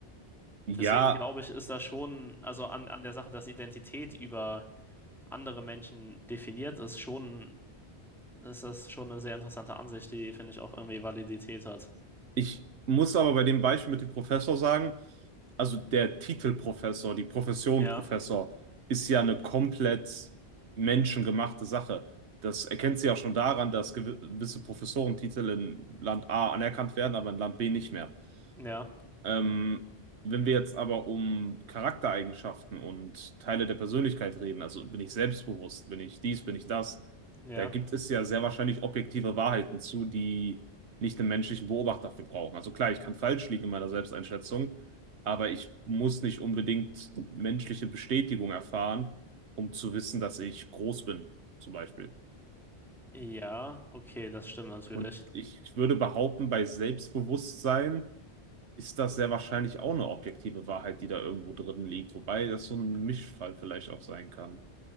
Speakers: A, on the right (about 85°); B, in the centre.
A: Ja.
B: Deswegen glaube ich, ist da schon, also an, an der Sache, dass Identität über andere Menschen definiert ist, schon ist das schon eine sehr interessante Ansicht, die, finde ich, auch irgendwie Validität hat.
A: Ich muss aber bei dem Beispiel mit dem Professor sagen, also der Titel Professor, die Profession
B: Ja,
A: Professor, ist ja eine komplett menschengemachte Sache. Das erkennt sie ja schon daran, dass gewi- gewisse Professorentitel in Land A anerkannt werden, aber in Land B nicht mehr.
B: ja,
A: Ähm, wenn wir jetzt aber um Charaktereigenschaften und Teile der Persönlichkeit reden, also bin ich selbstbewusst, bin ich dies, bin ich das,
B: ja,
A: da gibt es ja sehr wahrscheinlich objektive Wahrheiten zu, die nicht den menschlichen Beobachter für brauchen. Also klar, ich kann falsch liegen in meiner Selbsteinschätzung, aber ich muss nicht unbedingt menschliche Bestätigung erfahren, um zu wissen, dass ich groß bin, zum Beispiel.
B: ja, okay, das stimmt natürlich.
A: Und ich würde behaupten, bei Selbstbewusstsein, ist das sehr wahrscheinlich auch eine objektive Wahrheit, die da irgendwo drin liegt, wobei das so ein Mischfall vielleicht auch sein kann.